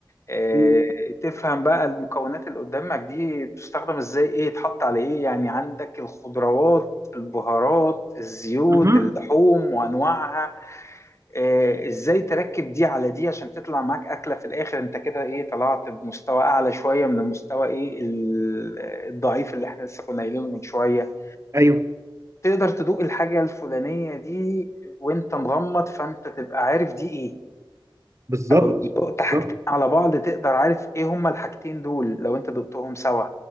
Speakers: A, on the left (about 35°); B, on the right (about 35°).
A: اه
B: مم.
A: تفهم بقى المكونات اللي قدامك دي بتستخدم ازاي ايه يتحط على ايه يعني عندك الخضروات البهارات الزيوت
B: مهم.
A: اللحوم وانواعها اه ازاي تركب دي على دي عشان تطلع معاك اكلة في الاخر انت كده ايه طلعت بمستوى اعلى شوية من المستوى ايه ال- الضعيف اللي احنا لسه كنا قايلينه من شوية
B: ايوه
A: تقدر تدوق الحاجة الفلانية دي وانت مغمض فانت تبقى عارف دي ايه
B: بالظبط
A: ولو دقت
B: بالظبط
A: حاجتين على بعض تقدر عارف ايه هما الحاجتين دول لو انت دقتهم سوا